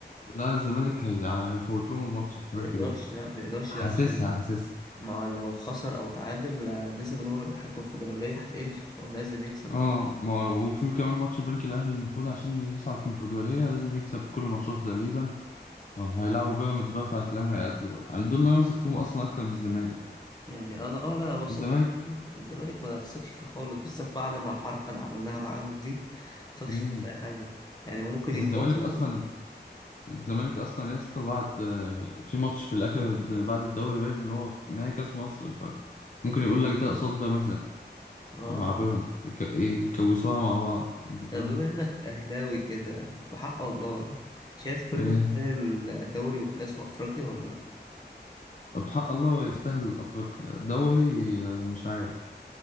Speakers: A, on the left; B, on the left.
A: لا الزمالك هي... هيفوت لهم الماتش احتمال
B: ما يقدرش
A: كبير
B: لا ما يقدرش
A: حاسسها
B: ده عشان
A: حاسسها
B: ما لو خسر او تعادل آه، نسب ان هو يروح الكونفدراليه هتقل فهو لازم يكسب
A: اه ما هو- وفي كمان ماتش البنك الاهلي المفروض عشان يصعد الكونفدراليه لازم يكسب كل ماتشاته تقريبا او هيلعبوا بيراميدز بقى فهتلاقيهم هيقاتلوا بقى يعني دول اللي انا واثق فيهم اصلا اكتر من الزمالك
B: يعني انا اه لا انا بثق
A: الزمالك
B: الزمالك ما تثقش فيه خالص بالذات بعد ما الحركه اللي عملناها معاهم دي ما تثقش
A: امم
B: فيه في اي حاجه يعني هو ممكن
A: والزمالك
B: يهبطوا
A: اصلا الزمالك اصلا يا اسطى بعد آه، في ماتش في الاخر د- بعد الدوري باين اللي هو في نهائي كاس مصر فممكن يقول لك ده قصاد ده مثلا
B: اه
A: مع بيراميدز يك- يكوسوها مع بعض انت فاهم
B: طب بما انك اهلاوي كده بحق الله شايف بيراميدز
A: ايه
B: تستاهل الدوري والكاس وافريقيا ولا لا
A: بحق الله هو يستاهل افريقيا دوري آه، مش عارف